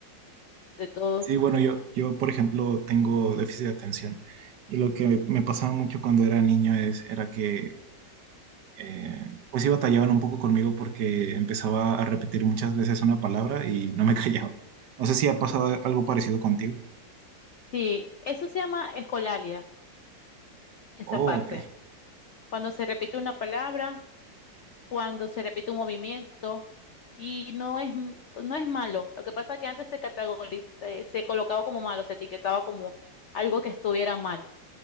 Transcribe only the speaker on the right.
Sí, bueno, yo, yo, por ejemplo, tengo déficit de atención. Y lo que me, me pasaba mucho cuando era niño es, era que, eh, pues sí batallaban un poco conmigo porque empezaba a repetir muchas veces una palabra y no me <laughs> callaba. No sé si ha pasado algo parecido contigo.
Oh,
ok.